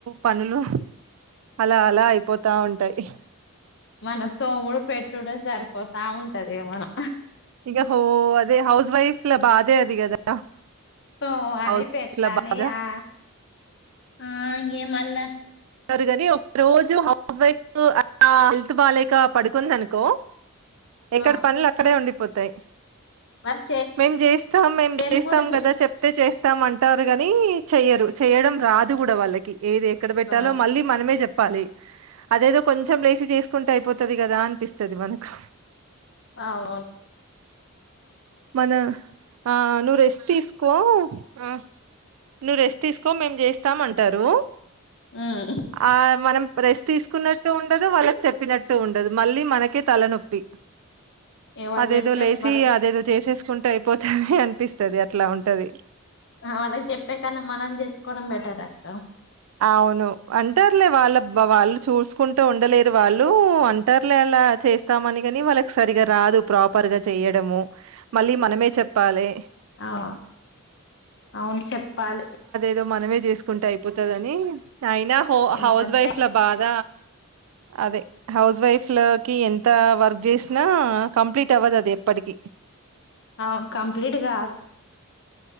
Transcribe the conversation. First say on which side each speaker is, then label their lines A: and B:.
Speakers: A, on the right; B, on the left.
A: పనులు అలా అలా అయిపోతా ఉంటాయి
B: మన తోముడు పెట్టుడు సరిపోతా ఉంటది మనం
A: ఇక హో అదే హౌస్ వైఫ్ల బాధే అది కదా
B: తోమాలి
A: హౌస్
B: పెట్టాలి
A: వైఫ్ల బాధ
B: ఆ ఆ ఇంగ మళ్ళా
A: టారు కానీ ఒక రోజు హౌస్ వైఫ్ అ హెల్త్ బాాలేక పడుకుంది అనుకో ఎక్కడి
B: ఆ
A: పనులు అక్కడే ఉండిపోతాయి
B: వాళ్ళు
A: మేం చేస్తాం మేము
B: చేయను
A: చేస్తాం
B: కూడా
A: కదా చెప్ ప్తే చేస్తామంటారు కాని చెయరు చేయడం రాదు కూడా వాళ్ళకి ఏదే ఎక్కడ
B: చేస్తారు
A: పెట్టాలో మళ్ళీ మనమే చెప్ ప్పాలి అదేదో కొంచెం లేసి చేసుకుంటే అయిపోతది కదా అనిపిస్తది మనకు
B: అవు
A: మన ఆ నువ్వు రెస్ట్ తీసుకో ఆ నువ్వు రెస్ట్ తీసుకో మేము చేస్తాం అంటారు
B: ఉమ్
A: ఆ మనం ప్రెస్ట్ తీసుకున్నట్టు ఉండదు వాళ్ళకి చెప్పినట్టు ఉండదు మళ్ళీ మనకే తలనొప్పి
B: ఇగ వాళ్ళు
A: అదేదో
B: చెప్పే
A: లేసి
B: వాళ్ళ
A: అదేదో చేసేసుకుంటే అయిపోతుది అనిపిస్తది అట్లా ఉంటది
B: ఆళ్ళకి చెప్పే కన్నా మనం చేసుకోవడం బెటర్ అక్క
A: అవును అంటారులే వాళ్ళ బ వాళ్ళు చూసుకుంటూ ఉండలేరు వాళ్ళు అంటారులే అలా చేస్తామని కాని వాళ్ళకి సరిగా రాదు ప్రాపర్గా చేయడము మళ్ళీ మనమే చెప్పాలె
B: అవు అవును చెప్పాలి
A: ఏదో మనమే చేసుకుంటే అయిపోతందని అయినా హో
B: ఎందుకంటే
A: హౌస్ వైఫ్ ల బాధ అదే హౌస్ వైఫ్ లోకి ఎంత వర్క్ చేసినా కంప్లీట్ అవ్వదు అది ఎప్పటికిీ
B: అవును కంప్లీట్ కాదు